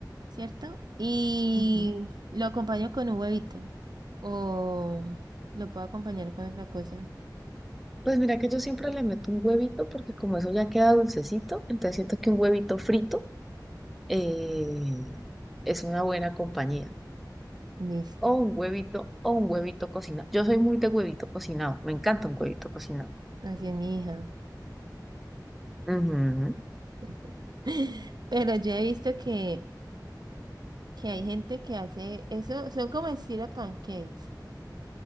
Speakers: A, on the right; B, in the centre.
A: ¿cierto? Y
B: Ujú.
A: lo acompaño con un huevito. O lo puedo acompañar con otra cosa.
B: Pues mira que yo siempre le meto un huevito porque como eso ya queda dulcecito, entonces siento que un huevito frito eh, es una buena compañía.
A: Listo.
B: O un huevito, o un huevito cocinado. Yo soy muy de huevito cocinado, me encanta un huevito cocinado.
A: Así es mi hija.
B: Ujú,
A: <laughs> Pero yo he visto que que hay gente que hace eso, son como estilo pancakes.